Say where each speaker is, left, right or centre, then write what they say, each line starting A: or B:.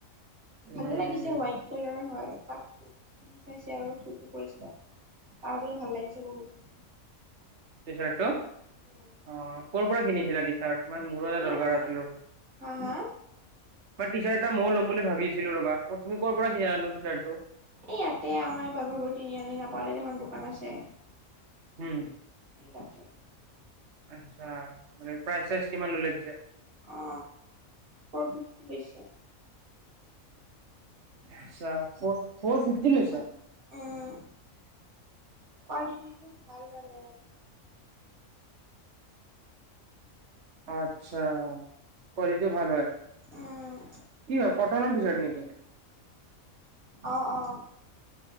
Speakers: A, on the right (about 55°); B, on the right (about 90°).
A: উম
B: ভালে লাগিছে হোৱাইট কালাৰ হয়। তাক চুৰ কিনি চাইছে আৰু চুটো কৰিছিলা তাৰ বোলে ভাল লাগিছে বহুত
A: টি চাৰ্টটো।
B: উম।
A: অ ক'ৰ পৰা কিনিছিলা টি চাৰ্ট মান মোৰো এটা
B: এই
A: দৰকাৰ
B: আমাৰ
A: আছিল
B: হা হা
A: মই টি চাৰ্ট এটা মইয়ো ল'ম বুলি ভাবিছিলো ৰবা, তুমি' পৰা কিনি আ টি ছাৰ্ট
B: এ ইয়াতে আমাৰ বাঘৰবোৰ তিনি আনি নাপাওঁতে এখন দোকান আছে।
A: উম
B: এই তাতে
A: আচ্ছা,, মানে প্ৰাইজ চাইজ কিমান ললে পিছে?
B: অ ফৰ ফিফটি লৈছে
A: আচ্ছা ফ ফৰ ফিফটি লৈছে?
B: উম কোৱালিটিটো ভাল ন
A: আত্ছা কোৱালিটোও ভাল হয়
B: উম
A: কি হয় কটনৰ টি চাৰ্ট নেকি
B: অ অ